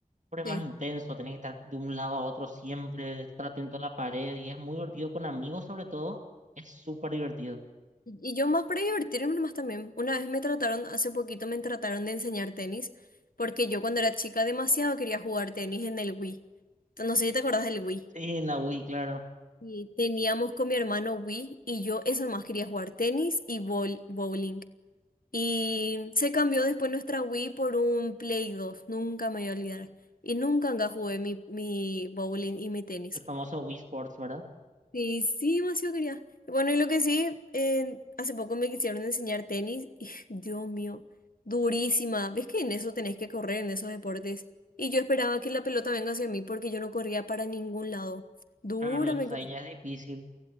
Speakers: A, on the right; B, on the left.
A: pero es
B: sí.
A: más intenso, tenés que estar de un lado a otro siempre, estar atento a la pared y es muy divertido con amigos sobre todo, es súper divertido.
B: Y y yo más para divertirme más también. Una vez me trataron, hace poquito me trataron de enseñar tenis, porque yo cuando era chica demasiado quería jugar tenis en el Wii. Entonces, No sé si te acordás del Wii.
A: Sí, en la Wii, claro,
B: Y teníamos con mi hermano Wii y yo eso nomás quería jugar tenis y bowl- bowling. Y se cambió después nuestra Wii por un Play dos nunca me voy a olvidar. Y nunca nunca jugué mi, mi bowling y mi tenis.
A: el famoso Wii Sports, ¿verdad?
B: Sí, sí, demasiado quería. Bueno, y lo que sí, eh, hace poco me quisieron enseñar tenis y <laughs> Dios mío, durísima. ¿Ves que en eso tenés que correr, en esos deportes? Y yo esperaba que la pelota venga hacia mí porque yo no corría para ningún lado. Dura
A: Claro, entonces
B: me quedó.
A: ahí ya es difícil.